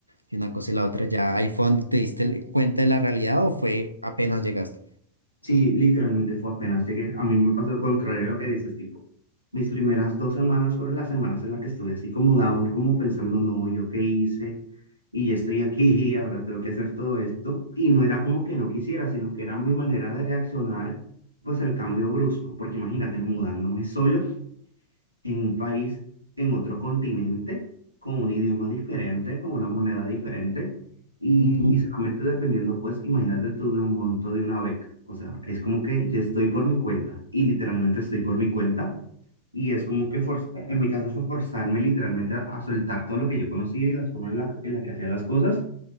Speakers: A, on the right; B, on the left.
A: y una cosa y la otra, ya ahí fue donde te diste cuenta de la realidad o fue apenas llegaste.
B: Sí, literalmente fue apenas llegué. A mí me pasó el contrario a lo que dices, tipo, mis primeras dos semanas fueron las semanas en las que estuve así como down, como pensando, no, ¿yo qué hice? Y ya estoy aquí <laughs> ahora tengo que hacer todo esto. Y no era como que no quisiera, sino que era mi manera de reaccionar, pues al cambio brusco, porque imagínate, mudándome solo en un país, en otro continente, con un idioma diferente, con una moneda diferente, y,
A: Ujú,
B: y solamente dependiendo, pues, imagínate tú de un monto de una beca. O sea, es como que yo estoy por mi cuenta, y literalmente estoy por mi cuenta, y es como que forz- en mi caso fue forzarme literalmente a, a soltar todo lo que yo conocía y las formas en las la que hacía las cosas,